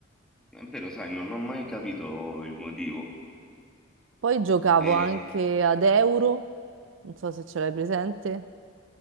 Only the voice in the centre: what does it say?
è vero, sai, non ho mai capito il motivo.
Ehm,